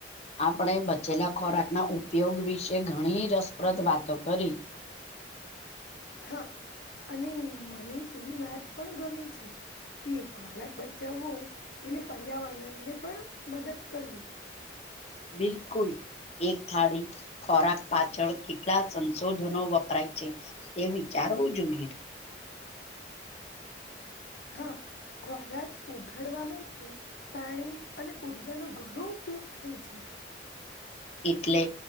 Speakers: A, on the left; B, on the left.
A: આપણે બચેલા ખોરાકના ઉપયોગ વિશે ઘણી રસપ્રદ વાતો કરી <inaudible>
B: હા અને મને એ વાત પણ ગમે છે. કે ખોરાક બચાવવો એટલે પર્યાવરણને પણ મદદ કરવી.
A: બિલકુલ. એક થાળી ખોરાક પાછળ કેટલા સંશોધનો વપરાય છે, તે વિ ચાર હોવું જોઈએ.
B: હા. ખોરાક ઉગાડવા માટે પાણી અને ઉર્જાનો ઘણો ઉપયોગ થાય છે.
A: <inaudible> એટલે